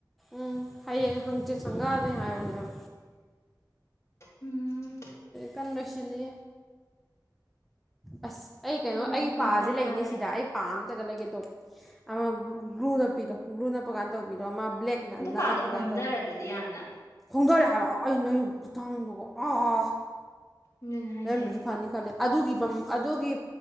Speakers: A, in the centre; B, on the left (about 40°).
A: ꯎꯝ ꯍꯌꯦꯡ ꯍꯪꯆ ꯁꯪꯒꯥꯗ ꯍꯥꯏꯕꯅꯦꯕ
B: ꯎꯝ
A: ꯀꯟꯣꯁ ꯂꯦ ꯑꯁ ꯑꯩ ꯀꯩꯅꯣ
B: ꯑꯗꯨꯅ
A: ꯑꯩ
B: ꯃꯈꯣꯟ
A: ꯄꯁꯦ
B: ꯈꯔ
A: ꯂꯩꯅꯤ
B: ꯇꯥꯔꯦ
A: ꯁꯤꯗ ꯑꯩ ꯄꯥꯝ ꯆꯒꯠꯂꯒꯦ ꯇꯧꯕ ꯑꯃ ꯒ꯭ꯂꯨ ꯅꯞꯄꯤꯗꯣ ꯒ꯭ꯂꯨ ꯅꯞꯄ ꯀꯥꯟꯗ ꯇꯧꯕꯤꯗꯣ ꯑꯃ ꯕ꯭ꯂꯦꯛꯅꯟꯅ
B: ꯑꯗꯨ ꯄꯥꯗꯣ
A: ꯅꯞꯄ
B: ꯍꯣꯡꯗꯔ
A: ꯀꯥꯟꯅ ꯇꯧꯕꯅꯤ
B: ꯑꯗꯨꯗꯤ ꯌꯥꯝꯅ
A: ꯈꯣꯡꯗꯔꯦ ꯍꯥꯏꯕ ꯑꯩꯅ ꯂꯩꯔꯨꯕ ꯈꯨꯊꯥꯡꯗꯨꯒꯣ ꯑꯥ
B: ꯑꯗꯨꯅ ꯍꯥꯏꯁꯦ
A: ꯔꯝ꯭ꯔꯁꯨ ꯐꯅꯤ ꯈꯂꯦ ꯑꯗꯨꯒꯤ ꯑꯗꯨꯒꯤ